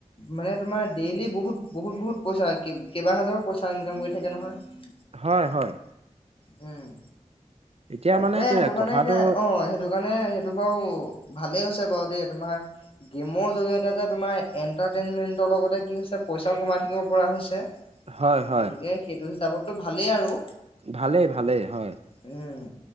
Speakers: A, on the left; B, on the right.
A: মানে তোমাৰ ডেইলি বহুত বহুত বহুত পইচা কেইবা হাজাৰো পইচা ইনকাম কৰি থাকে নহয়।
B: হয় হয়।
A: উম।
B: এতিয়া
A: তাকে
B: মানে তে
A: সেইটো কাৰণে
B: কথাটো
A: এতিয়া অ' সেইটো কাৰণে সেইটো বাৰু ভালেই হৈছে বাৰু। দেই তোমাৰ গেমৰ জৰিয়তে যে তোমাৰ এন্টাৰটেইনমেন্টৰ লগতে কি হৈছে পইচাও কমাই থাকিব পৰা হৈছে
B: হয় হয়
A: গতিকে সেইটো হিচাপততো ভালেই আৰু।
B: ভালেই ভালেই হয়।
A: উম